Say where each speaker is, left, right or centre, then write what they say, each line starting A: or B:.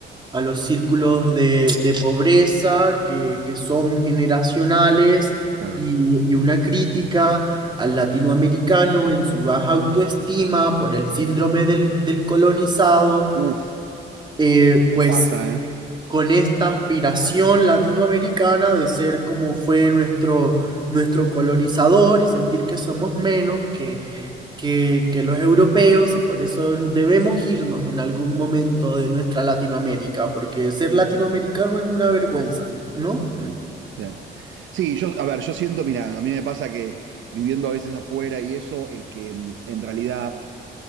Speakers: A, on the right; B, on the right.
A: a los círculos de, de pobreza que, que son generacionales
B: Claro.
A: y, y una crítica al latinoamericano en su baja autoestima por el síndrome del, del colonizado.
B: Uf,
A: Eh,
B: nos
A: pues
B: pasa, ¿eh?
A: con esta aspiración latinoamericana de ser como fue nuestro, nuestro colonizador y sentir que somos menos que, que, que los europeos y por eso debemos irnos en algún momento de nuestra Latinoamérica, porque ser latinoamericano es una vergüenza, ¿no?
B: Sí. Sí, Sí, yo, a ver, yo siento, mira, a mí me pasa que viviendo a veces afuera y eso, eh, que mm, en realidad